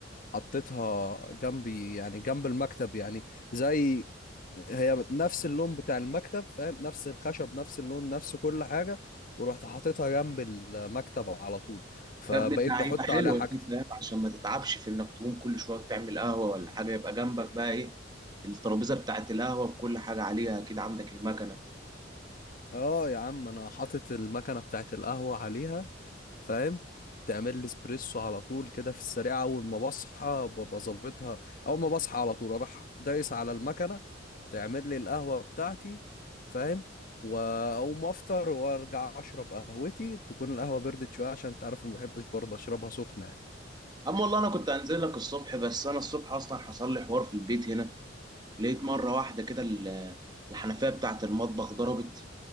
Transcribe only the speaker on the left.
حطيتها جنبي يعني جنب المكتب يعني زي هي نفس اللون بتاع المكتب فاهم نفس الخشب نفس اللون نفس كل حاجه ورحت حاططها جنب المكتب على طول فبقيت
بحط
عليها حاجتي
اه يا عم انا حاطط المكنه بتاعت القهوه عليها فاهم تعمل لي اسبريسو على طول كده في السريع اول ما بصحى ببقى ظابطها اول ما بصحى على طول اروح دايس على المكنه تعمل لي القهوه بتاعتي فاهم واقوم افطر وارجع اشرب قهوتي تكون القهوه بردت شويه عشان تعرف ما بحبش برضه اشربها سخنه يعني.